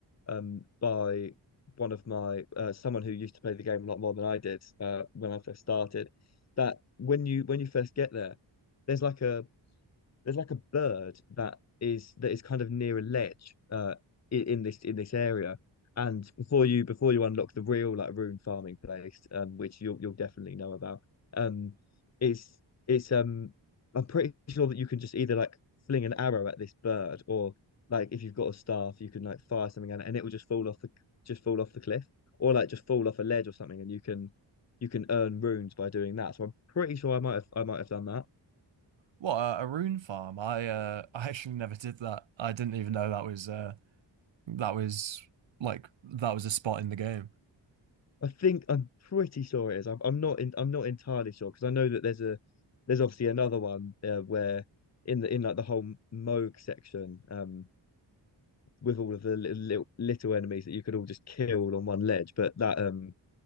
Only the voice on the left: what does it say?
um by one of my uh, someone who used to play the game a lot more than I did uh, when I first started that when you when you first get there, there's like a there's like a bird that is that is kind of near a ledge uh in, in this in this area. And before you before you unlock the real like rune farming place, um, which you'll you'll definitely know about, um, it's it's um I'm pretty sure that you can just either like fling an arrow at this bird or like if you've got a staff you can like fire something at it and it will just fall off the just fall off the cliff or like just fall off a ledge or something and you can you can earn runes by doing that. So I'm pretty sure I might have I might have done that.
I think I'm pretty sure it is. I'm, I'm not in, I'm not entirely sure because I know that there's a there's obviously another one uh, where in the in like the whole Moog section um with all of the little, little enemies that you could all just kill on one ledge, but that um